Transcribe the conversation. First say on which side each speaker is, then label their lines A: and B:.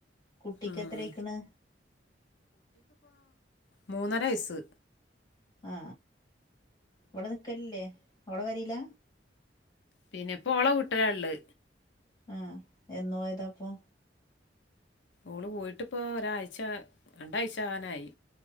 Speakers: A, on the left; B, on the left.
A: കുട്ടിക്കെത്രേക്കണ്
B: ഉം. മൂന്നരയസ്
A: ആ ഇവിടെ നിക്കലില്ലേ ഓൾ വരുല
B: പിന്നെ ഇപ്പോ ഓള വിട്ടില ഉള്ള്
A: ആ എന്നയതാപ്പൊ
B: ഓള് പോയിട്ടിപ്പോ ഒരാഴ്ച രണ്ടാഴ്ച ആകാനായി